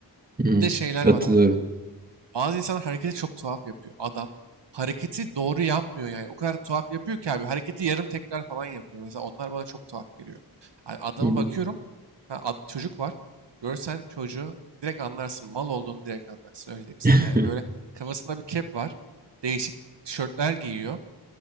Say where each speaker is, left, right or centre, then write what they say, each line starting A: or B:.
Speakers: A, on the right (about 20°); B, on the right (about 70°).
A: hmm.
B: Bir de şeyler
A: Katılıyorum.
B: var abi. Bazı insanlar hareketi çok tuhaf yapıyor. Adam hareketi doğru yapmıyor yani. O kadar tuhaf yapıyor ki abi. Hareketi yarım tekrar falan yapıyor. Mesela onlar bana çok tuhaf geliyor. Yani adama
A: Hı hı.
B: bakıyorum. Ha, ad- çocuk var. Görsen çocuğu direkt anlarsın. Mal olduğunu direkt anlarsın. Öyle diyeyim sana.
A: <laughs>
B: Yani böyle kafasında bir kep var. Değişik tişörtler giyiyor.